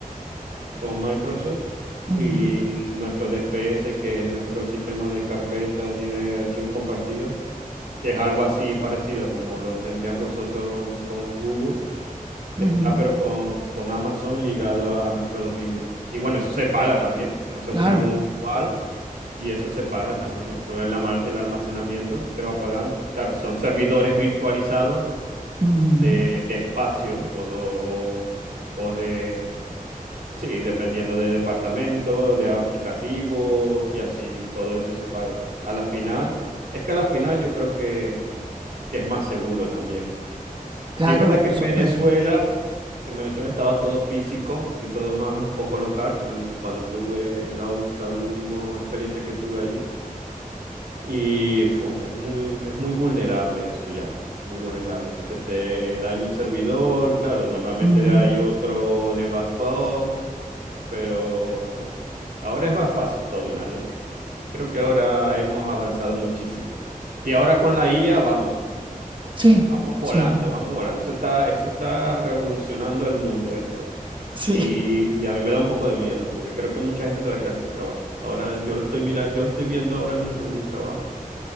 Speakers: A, on the right; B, on the right.
A: con Microsoft
B: ujú,
A: y nuestro DFS, que es nuestro sistema de carpetas y de archivos compartidos, que es algo así parecido como lo tendrías vosotros con Google
B: ujú,
A: Está, pero con, con Amazon ligado a nuestro dominio. Y bueno, eso se paga también. Eso
B: claro,
A: es una nube igual y eso se paga también. Eso el, ama- el almacenamiento se va pagando. Claro, son servidores virtualizados
B: ujú,
A: de, de espacio o, do- o de... Sí, dependiendo de departamento, de aplicativo y así, todo eso se paga. A la final, es que a la final yo creo que, que es más seguro también.
B: claro,
A: Sí, es verdad que en
B: súper.
A: Venezuela, en Venezuela estaba todo físico y todo más un poco local cu- cuando tuve la, ul- la última experiencia que tuve allí. Y fu, es muy, es muy vulnerable eso ya, muy vulnerable. Que se te dañe un servidor, claro, normalmente
B: Mm,
A: hay otro de backup, pero fu, ahora es más fácil todo en la nube. Creo que ahora hemos avanzado muchísimo. Y ahora con la IA, vamos.
B: sí,
A: Vamos volando,
B: sí.
A: vamos volando. Eso está, eso está revolucionando el mundo, esto.
B: Sí,
A: Y, y a mí me da un poco de miedo, porque creo que mucha gente se va a quedar sin trabajo. Ahora yo lo estoy mirando, yo lo estoy viendo ahora mismo en mi trabajo.